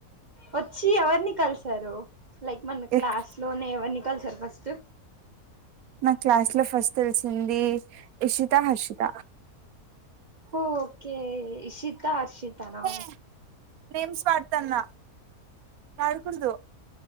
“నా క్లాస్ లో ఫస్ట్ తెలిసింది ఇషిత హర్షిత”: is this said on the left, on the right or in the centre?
Right